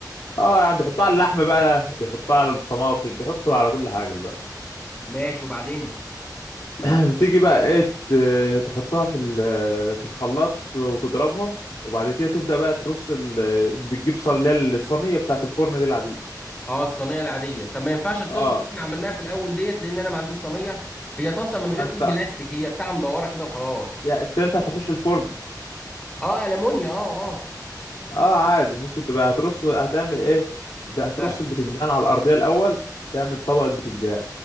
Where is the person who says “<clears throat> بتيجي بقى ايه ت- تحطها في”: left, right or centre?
Left